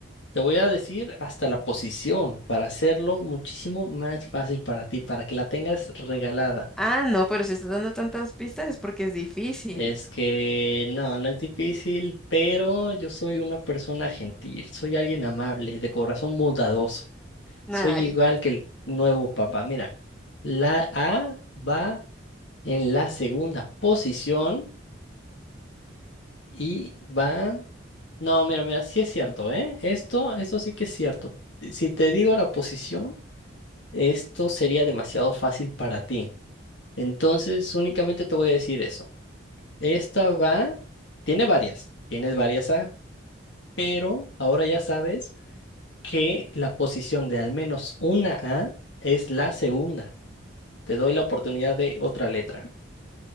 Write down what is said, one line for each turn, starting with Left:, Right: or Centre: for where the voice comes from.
Left: te voy a decir hasta la posición para hacerlo muchísimo más fácil para ti, para que la tengas regalada.
Centre: Ah, no, pero si estás dando tantas pistas es porque es difícil.
Left: Es que no, no es difícil, pero yo soy una persona gentil, soy alguien amable, de corazón bondadoso.
Centre: Ay.
Left: Soy igual que el nuevo papa. Mira, la A va en la segunda posición y va... No, mira, mira, sí es cierto, ¿eh? Esto, esto sí que es cierto. Si te digo la posición, esto sería demasiado fácil para ti. Entonces, únicamente te voy a decir eso. Esta va, tiene varias, tienes varias A, pero ahora ya sabes que la posición de al menos una A es la segunda. Te doy la oportunidad de otra letra.